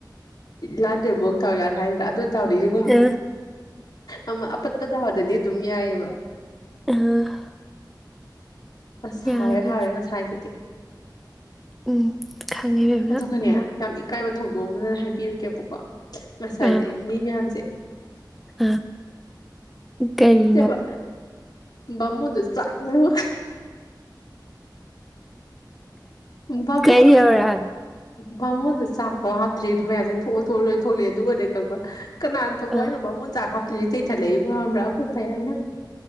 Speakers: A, on the left (about 60°); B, in the centre.
A: ꯂꯥꯟꯗꯩꯐꯥꯎ ꯗꯥꯎ ꯌꯥꯎꯔꯦ ꯍꯥꯏꯗ꯭ꯔꯥ ꯑꯗꯣ ꯗꯥꯎꯗꯁꯨ
B: ꯑ
A: ꯑꯃ ꯑꯄꯠꯄ ꯗꯥꯎꯗꯗꯤ ꯑꯗꯨꯝ ꯌꯥꯏꯌꯦꯕ
B: ꯑ
A: ꯑꯁ
B: ꯌꯥꯔꯦ
A: ꯍꯥꯎꯔꯦ ꯍꯥꯎꯔꯦ ꯉꯁꯥꯏꯗꯨꯗꯤ
B: ꯎꯝ ꯈꯪꯉꯦꯕꯦꯝꯅ
A: ꯑꯗꯨꯒꯅꯦ
B: ꯑꯃꯨꯛ
A: ꯌꯥꯝ ꯏꯀꯥꯏꯕ ꯊꯧꯗꯣꯛ ꯑꯃꯅꯦ ꯍꯥꯏꯕꯤꯔꯛꯀꯦꯕꯀꯣ ꯉꯁꯥꯏꯗꯣ
B: ꯑꯥ
A: ꯃꯤ ꯃꯌꯥꯝꯁꯦ
B: ꯑꯥ ꯀꯩ
A: ꯅꯠꯇꯦꯕ ꯕꯥꯃꯣꯟꯗꯣ ꯆꯥꯡꯉꯨ ꯕꯥꯃꯣꯟ
B: ꯀꯔꯤ ꯌꯧꯔꯛꯑꯒꯦ
A: ꯕꯥꯃꯣꯟꯗꯣ ꯆꯥꯛꯐꯤꯎ ꯍꯥꯞꯇ꯭ꯔꯤ ꯑꯗꯨ ꯃꯌꯥꯝꯁꯦ ꯊꯣꯛꯑꯣ ꯊꯣꯛꯑꯣꯅ ꯂꯣꯏ ꯊꯣꯛꯂꯛꯑꯦ ꯑꯗꯨꯒꯅꯦ ꯈꯪꯕ꯭ꯔꯥ ꯀꯅꯥꯅ ꯊꯣꯛꯎꯑꯣ
B: ꯑꯥ
A: ꯍꯥꯏꯅꯣ ꯕꯥꯃꯣꯟ ꯆꯥꯛ ꯍꯥꯞꯇ꯭ꯔꯤꯌꯦ ꯆꯩꯊꯠꯂꯛꯏꯕꯣ ꯈꯪꯕ꯭ꯔꯥ ꯑꯩꯈꯣꯏ ꯕꯤꯌꯥꯢꯅ